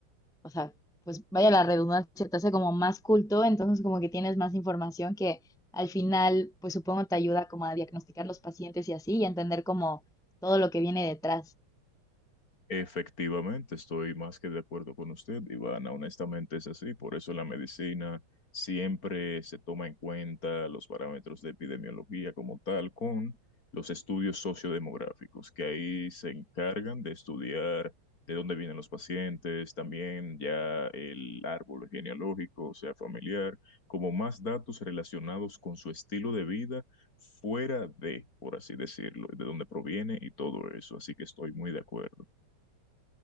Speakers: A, in the centre; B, on the left.
A: o sea, pues vaya la redundancia, te hace como más culto, entonces como que tienes más información que al final, pues supongo te ayuda como a diagnosticar los pacientes y así y a entender como todo lo que viene detrás.
B: Efectivamente, estoy más que de acuerdo con usted, Ivana. Honestamente es así. Por eso la medicina siempre se toma en cuenta los parámetros de epidemiología como tal con los estudios sociodemográficos, que ahí se encargan de estudiar de dónde vienen los pacientes, también ya el árbol genealógico, o sea, familiar, como más datos relacionados con su estilo de vida fuera de, por así decirlo, de dónde proviene y todo eso. Así que estoy muy de acuerdo.